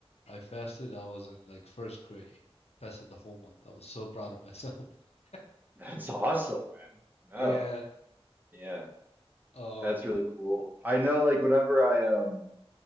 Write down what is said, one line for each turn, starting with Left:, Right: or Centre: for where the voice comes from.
Left: I fasted, I was in like first grade. Fasted the whole month. I was so proud of myself. <laughs>
Right: That's awesome, man. No.
Left: Yeah.
Right: Yeah.
Left: Um,
Right: That's really cool. I know like whenever I um